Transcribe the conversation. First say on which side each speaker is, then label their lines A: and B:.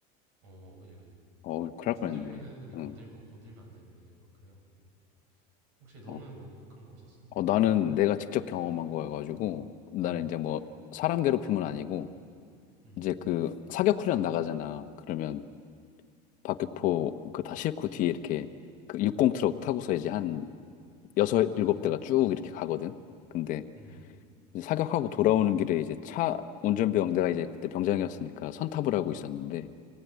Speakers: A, on the right; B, on the left.
A: 어, 그지, 그지.
B: 어, 큰일 날
A: 총
B: 뻔했네.
A: 들고 있는 애들 건들면,
B: 응.
A: 어, 건들면 안 되는데, 막 그래갖고. 혹시 너는
B: 어,
A: 뭐 그런 거 없었어? 뭐,
B: 어, 나는 내가 직접 경험한
A: 음,
B: 거여가지고 나는
A: 음,
B: 이제 뭐 사람 괴롭힘은 아니고.
A: 음,
B: 이제 그 사격 훈련 나가잖아. 그러면 박격포 그
A: 음,
B: 다 싣고 뒤에 이렇게 그 육공 트럭 타고서 이제 한 여섯 일곱 대가 쭉 이렇게 가거든. 근데
A: 음,
B: 이제 사격하고 돌아오는 길에 이제 차 운전병 내가 이제 그때 병장이었으니까 선탑을 하고 있었는데